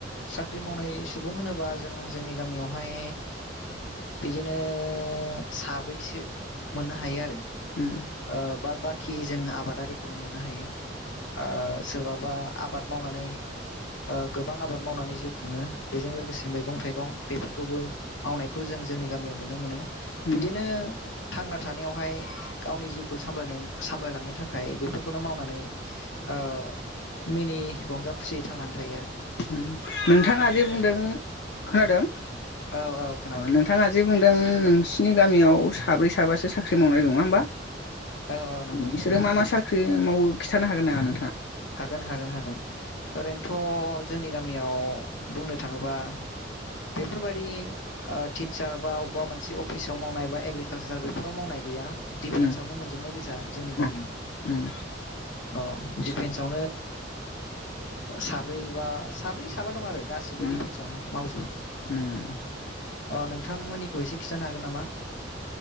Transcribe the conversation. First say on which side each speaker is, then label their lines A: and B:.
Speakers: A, on the left (about 80°); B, on the left (about 60°).
A: साख्रि मावनाय सुबुं होनोबा जों जोंनि गामियावहाय बिदिनो साबैसे मोननो हायो आरो।
B: उम
A: ओ बाद बाखि जों आबादारिखौनो मोननो हायो। ओ सोरबाबा आबाद मावनानै गोबां आबाद मावनानै जिउ खुङो। बेजों लोगोसे मैगं-थाइगं बेफोरखौबो मावनायखौ जों जोंनि गामियाव नुनो मोनो।
B: उम
A: बिदिनो थांना थानायावहाय गावनि जिउखौ सामाय सामलायलांनो थाखाय बेफोरखौनो मावनानै ओ मिनि रंजा खुसियै थांनानै थायो आरो।
B: उम नोंथांङा जे बुंदों खोनादों
A: ओ औ औ खोनादों
B: नोंथांङा जे बुंदों नोंसिनि गामियाव साब्रै साबासो साख्रि मावनाय दं नङा होमबा?
A: औ औ नंगौ
B: उम
A: नंगौ
B: बिसोरो मा मा साख्रि मावो खिथानो होन नामा नोंङा
A: हागोन हागोन हागोन ओरैनोथ थ जोंनि गामियाव बुंनो थांङोबा बेफोरबायाददि ओ टिचार बा अबेबा मोनसे अफिसाव मावनाय बा एग्रिकालसार बेफोराव मावनाय गैया। डिपेन्स
B: उम
A: आवनो मोनजोबनाय गोजा जोंनि गामियाव
B: अ उम
A: अ
B: आदसा
A: डिपेन्स ओ साब्रै बा साब्रै साबा दं आरो गासिबो
B: उम
A: डिफेन्सआवनो मावजोबो ।
B: उम
A: अ नोंथांमोननिखौ एसे खिन्थानो हागोन नामा?